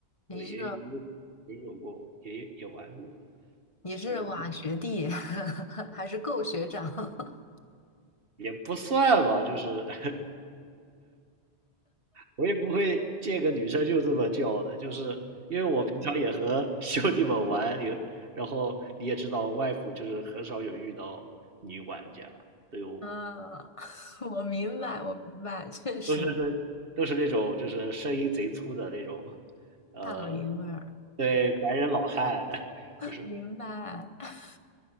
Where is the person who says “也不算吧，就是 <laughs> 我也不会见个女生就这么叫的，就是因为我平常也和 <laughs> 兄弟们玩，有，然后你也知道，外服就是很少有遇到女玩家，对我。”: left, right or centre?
Right